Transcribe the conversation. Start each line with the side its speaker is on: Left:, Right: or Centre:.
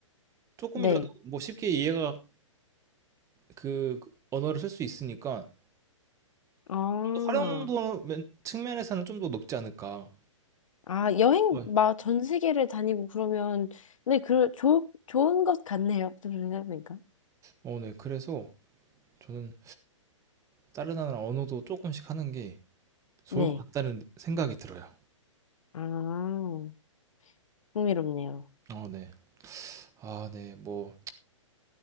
Right: 조금이라도
Left: 네.
Right: 뭐 쉽게 이해가 그 언어를 쓸 수 있으니까
Left: 아.
Right: 활용도 면- 측면에서는 좀 더 높지 않을까.
Left: 아, 여행
Right: 네.
Left: 막 전 세계를 다니고 그러면 네, 그 좋, 좋은 것 같네요. 좀 생각해보니까.
Right: 어, 네. 그래서 저는 다른 나라 언어도 조금씩 하는 게 좋을
Left: 네.
Right: 것 같다는 생각이 들어요.
Left: 아, 흥미롭네요.
Right: 어, 네. 아, 네. 뭐,